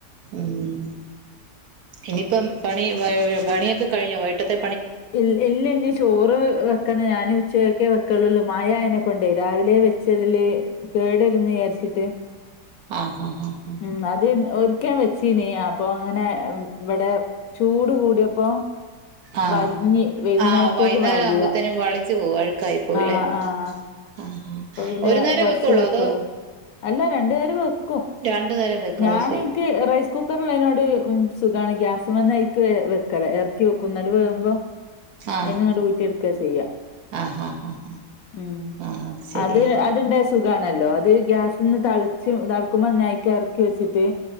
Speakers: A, on the right; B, on the left.
A: ഉം ഇനിയിപ്പം പണി <unintelligible> പണിയൊക്കെ കഴിഞ്ഞോ വയ്യ്ട്ടത്തെ
B: ഇൽ ഇല്ല ഇനി ഇസ് ചോറ് വെക്കണ ഞാൻ ഉച്ചയൊക്കെ വെക്കളുള്ളൂ മയ ആയെനെ കൊണ്ടേ രാവിലെ വെച്ചതില് കേടെരുന്ന് വിചാരിച്ചിട്ട്
A: ആഹ് ആഹ് ആഹ് ആഹ്
B: ഉം അത് ഓരിക്ക് ഞാൻ വെച്ചീനി അപ്പൊ അങ്ങനെ ഉം ഇവിടെ ചൂട് കൂടിയപ്പോ
A: ആഹ്
B: വലിഞ്ഞ് വൈകുന്നേരത്തേക്ക്
A: ആഹ് വൈന്നേരം
B: വലിയ
A: ആവുമ്പോത്തേനും വളിച്ചു പോകും അഴുക്കായിപ്പോവും
B: ആഹ്
A: ല്ലേ
B: ആഹ്
A: ആഹ് ആഹ്
B: അപ്പൊ പിന്നെ
A: ഒരു നേരം
B: കൊറച്ചേ
A: വെക്കുള്ളോ
B: വെക്കുള്ളൂ
A: അതോ
B: അല്ല രണ്ട് നേരോം വെക്കും
A: രണ്ടു നേരം വെക്കോ
B: ഞാൻ
A: അത് ശരി
B: ഇനിക്ക് റൈസ് കുക്കർ ഇള്ളേനോട് ഉം സുഖാണ് ഗ്യാസ്മ്മന്ന് അയിക്ക് വെ വെക്കലാ എറക്കി വെക്കും ഇന്നട് വേകുമ്പോ
A: ആഹ്
B: അയിന്ന്ങ്ങട് ഊറ്റി എടുക്കാ ചെയ്യാ
A: ആഹ് ആഹ് ആഹ് ആഹ്
B: ഉം
A: ആഹ് ശരിയാണ്
B: അത് അത് ട്ട്ണ്ടെ സുഖാണല്ലോ അത് ഗ്യാസിന്ന് തെളച്ച് തെളക്കുമ്പോ അയിക്ക് എറക്കി വെച്ചിട്ട്